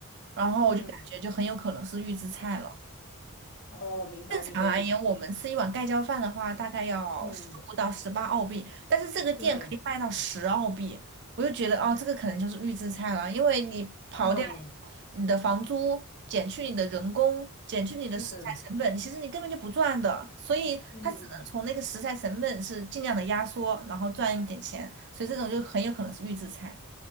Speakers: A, on the right (about 50°); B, on the left (about 40°).
A: 然后我就感觉就很有可能是预制菜了。
B: 嗯，哦，我明白你的意思。
A: 正常而言，我们吃一碗盖浇饭的话，大概要十五到十八澳币，
B: 嗯，
A: 但是这个店可以卖到十澳币，
B: 对，
A: 我就觉得哦，这个可能就是预制菜了，因为你刨掉
B: 嗯，
A: 你的房租，减去你的人工，减去你的食材成本，
B: 是，
A: 其实你根本就不赚的，所以它只能从那个食材成本是尽量的压缩，
B: 嗯。
A: 然后赚一点钱，所以这种就很有可能是预制菜。